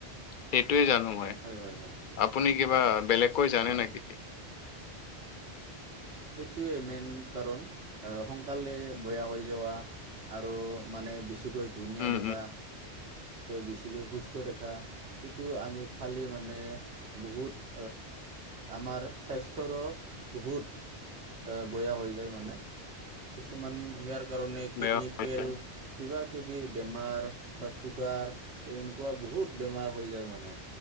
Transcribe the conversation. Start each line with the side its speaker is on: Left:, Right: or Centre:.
Left: সেইটোৱে জানো। মই
Right: হয় হয় হয়
Left: আপুনি কিবা বেলেগকৈ জানে
Right: হয়
Left: নেকি?
Right: সেইটোৱে মেইন কাৰণ আহ সোনকালে বেয়া হৈ যোৱা। আৰু মানে বেছিকৈ ধুনীয়া
Left: উম
Right: দেখা।
Left: উম
Right: বেছিকৈ সুস্থ দেখা সেটো আমি খালী মানে বহুত আমাৰ স্বাস্থ্যৰো বহুত বেয়া হৈ যায় মানে কিছুমান হেয়াৰ কাৰণে কিডনী
Left: বেয়া হৈ
Right: ফেইল
Left: যায়।
Right: কিবা কিবা কিবি বেমাৰ বা চুগাৰ এনেকঝৱা বহুত বেমাৰ হৈ যায় মানে।